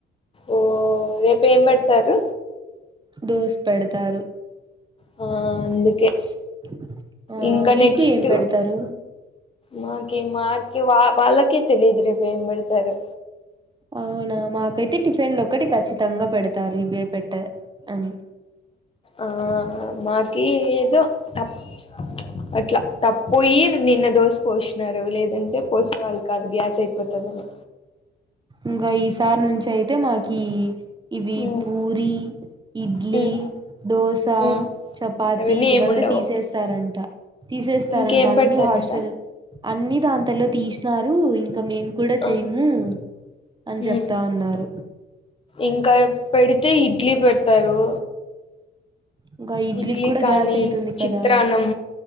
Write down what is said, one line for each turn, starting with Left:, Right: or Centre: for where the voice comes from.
Left: ఓ రేపు ఏంబడతారు
Right: దోష పెడతారు
Left: ఆ
Right: <inaudible>
Left: అందుకే
Right: ఆ
Left: ఇంకా
Right: మీకు
Left: నెక్స్ట్
Right: ఏం పెడతారు
Left: మాకి మాకి వా వాళ్ళకి తెలీదు రేప్బడతారు
Right: అవునా మాకైతే టిఫిన్లు ఒకటి ఖచ్చితంగా పెడతారు ఇవే పెట్ట అని
Left: ఆ మాకి ఏదో తప్పు అట్లా తప్పయి నిన్న దోశ పోసినారు లేదంటే పోసేవాళ్ళ అ అ గ్యాస్ అయిపోతుదనే
Right: ఇంకా ఈసారి నుంచి అయితే మాకి ఇవి
Left: మ్మ్
Right: పూరి ఇడ్లీ
Left: మ్మ్
Right: దోస
Left: మ్మ్
Right: చపాతి
Left: అవన్నీ
Right: ఇ
Left: ఏమి
Right: వంద
Left: ఉండవు
Right: తీసేస్తారంట తీసేస్తారంట
Left: ఇంకేం
Right: అన్ని
Left: పెడతారంట
Right: హాస్టల్ అన్ని దాంతలో తీసినారు ఇంక మేము కూడా
Left: ఆ
Right: చెయ్యము అని చెప్తా
Left: ఉమ్
Right: ఉన్నారు
Left: ఇంకా పెడితే ఇడ్లీ పెడతారు
Right: ఇంకా ఇడ్లీకి
Left: ఇడ్లీ
Right: కూడా
Left: కానీ
Right: గ్యాస్ అయితుంది కదా
Left: చిత్రాన్నం